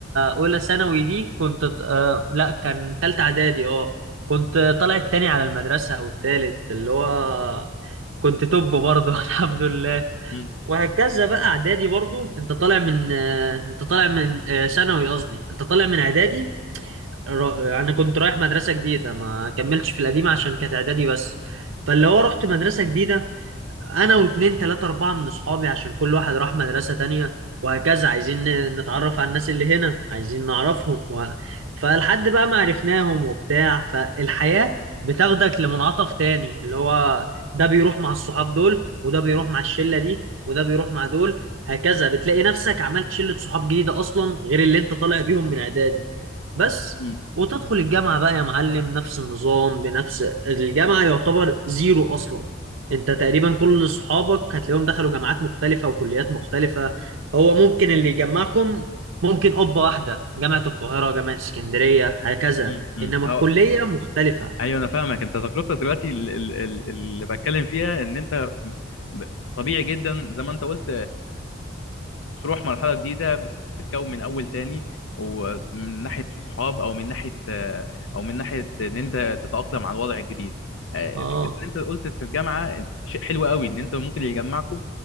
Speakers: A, on the right; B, on the left.
A: اولى ثانوي دي كنت آه... لا كان تالتة اعدادي اه كنت طالع التاني على المدرسه او التالت اللي هو كنت توب برضه <laughs> الحمد لله
B: م-
A: وهكذا بقى اعدادي برضه انت طالع من آه، انت طالع من آه، ثانوي قصدي انت طالع من اعدادي را- انا كنت رايح مدرسه جديده ما كملتش في القديمه عشان كانت اعدادي بس فاللي هو رحت مدرسه جديده انا واتنين تلاتة اربعة من اصحابي عشان كل واحد راح مدرسة تانية وهكذا عايزين ن- نتعرف على الناس اللي هنا عايزين نعرفهم و... فلحد بقى ما عرفناهم وبتاع فالحياة بتاخدك لمنعطف تاني اللي هو ده بيروح مع الصحاب دول وده بيروح مع الشلة دي وده بيروح مع دول هكذا بتلاقي نفسك عملت شلة صحاب جديدة اصلا غير اللي انت طالع بيهم من اعدادي بس
B: م-
A: وتدخل الجامعة بقى يا معلم نفس النظام بنفس الجامعة يعتبر زيرو اصلا انت تقريبا كل اصحابك هتلاقيهم دخلوا جامعات مختلفة وكليات مختلفة هو ممكن اللي يجمعكم ممكن قبة واحدة جامعة القاهرة جامعة اسكندرية هكذا
B: م- م-
A: انما
B: م. أو
A: الكلية مختلفة
B: ايوه انا فاهمك انت تجربتك دلوقتي ال- ال- ال- اللي بتكلم فيها ان انت ب- طبيعي جدا زي ما انت قلت بتروح مرحلة جديدة بت- بتكون من أول تاني ومن ناحية صحاب أو من ناحية آه، أو من ناحية إن أنت تتأقلم على الوضع الجديد آه،
A: اه
B: فكرة إن أنت قلت في الجامعة شيء حلو قوي إن أنت ممكن اللي يجمعكم